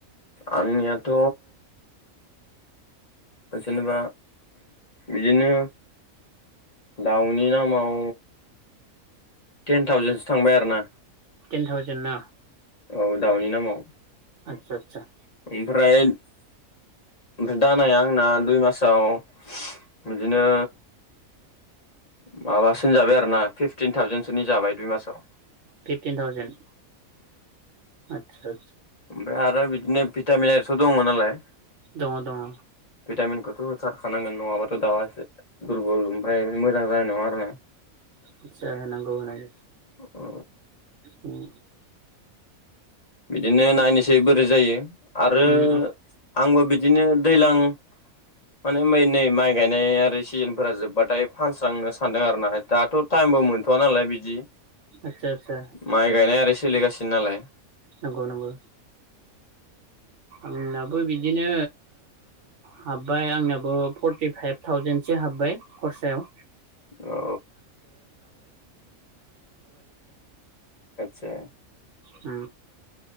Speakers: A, on the left; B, on the right.
A: आंनियाथ' जेनेबा बिदिनो दाउनि नामाव टेन थावजेनसो थांबाय आरोना
B: टेन थावजेन ना
A: औ दाउनि नामाव
B: आतसा आतसा
A: ओमफ्राय ओमफ्राय दानाया आंना दुइ मासाव बिदिनो माबासो जाबाय आरोना फिफ्टिन थावजेनसोनि जाबाय बे मासाव
B: फिफटिन थउजेनड आतसा
A: ओफ्राय आरो बि बिदिनो भिटामिन आरथ' दंमोन नालाय
B: दङ दङ
A: भिटामिनखौथ' होथारखानांगोन नङाबाथ' दाउआ एसे दुरबल ओमफ्राय मोजां जानाय नङा आरोना
B: आतसा होनांगौ होनांगौ
A: औ
B: उम
A: बिदिनो नायनोसै बोरै जायो आरो
B: उम
A: आंबो बिदिनो दैज्लां। माने मै नै माइ गायनाय आरो सिजोनफोरा जोब्बाथाय फानस्रांनो सानदों आर ना दाथ' टाइमबो मोनथ'व नालाय बिदि
B: आदसा आदसा
A: माइ गायनाय आरो सोलिगासिनो नालाय‌
B: नंगौ नंगौ आंनाबो बिदिनो हाबबाय आंना खरसायाव
A: औ आदसा
B: उ